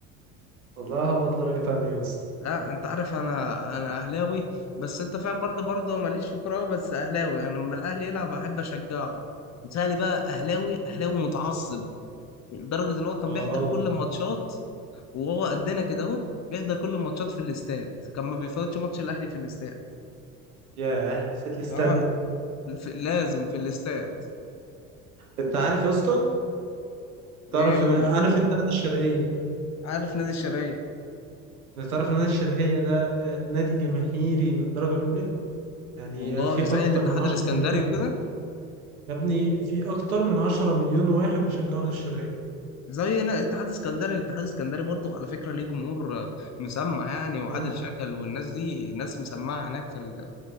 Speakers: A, on the right; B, on the left.
A: والله هبط درجة تانية يا اسطى
B: لا انت عارف انا انا اهلاوي بس انت فاهم برضه برضه ماليش في كوره أوي، بس اهلاوي يعني لما الاهلي يلعب احب اشجعه وتهيألي بقى اهلاوي اهلاوي متعصب لدرجه ان هو كان
A: اه
B: بيحضر كل الماتشات وهو قدنا كده اهو بيحضر كل الماتشات في الاستاد كان ما بيفوتش ماتش الاهلي في الاستاد
A: ياه في الاستاد
B: فهو ال- في- لازم في الاستاد
A: انت عارف يا اسطى
B: ايه
A: تعرف
B: يقول
A: عارف
B: لي؟
A: انت نادي الشرقية
B: عارف نادي الشرقية
A: انت تعرف ان نادي الشرقية ده آه، نادي جماهيري من الدرجة الأولى يعني
B: والله
A: في
B: زي
A: أكتر
B: الاتحاد
A: من 10
B: الاسكندري
A: مليون
B: وكده
A: يا ابني في أكتر من 10 مليون واحد بيشجعوا نادي الشرقية
B: زي نا- اتحاد اسكندري الاتحاد الاسكندري برضه على فكرة ليه جمهور آه، مسمع يعني وعادل
A: اه.
B: شكل والناس دي ناس مسمعة هناك في ال-